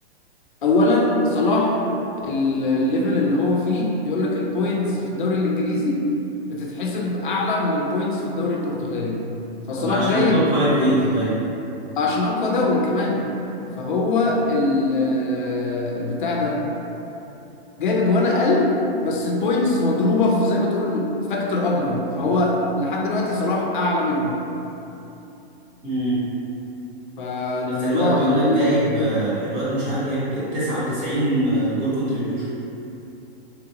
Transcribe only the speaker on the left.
اولا صلاح ال- الليفل اللي هو فيه بيقول لك البوينتس في الدوري الانجليزي بتتحسب اعلى من البوينتس في الدوري البرتغالي فصلاح
جايب
عشان اقوى دوري كمان فهو ال- البتاع ده جايب اجوان اقل بس البوينتس مضروبه في زي ما تقول فاكتور اكبر فهو لحد دلوقتي صلاح اعلى منه
فالموضوع
خطير
يعني